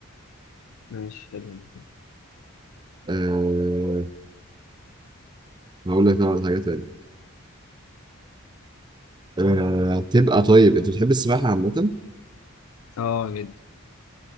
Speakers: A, on the left; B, on the right.
A: ماشي حلو دي
B: أه... هقول لك طبعا حاجة تانية أه... تبقى طيب انت بتحب السباحة عامة
A: اه جدا